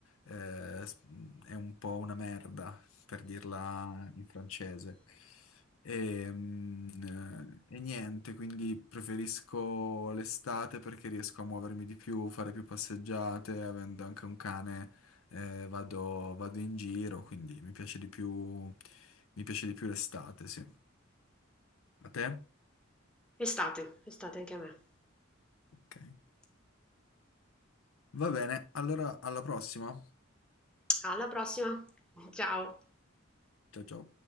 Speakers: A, on the left; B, in the centre.
A: eh, s- è un po' una merda, per dirla in francese. Ehm, eh, E, niente, quindi preferisco l'estate perché riesco a muovermi di più, fare più passeggiate, avendo anche un cane, eh, vado, vado in giro, quindi mi piace di più, mi piace di più l'estate, sì. A te?
B: Estate, estate anche a me.
A: Ok. Va bene, allora alla prossima.
B: Alla prossima, ciao.
A: Ciao ciao.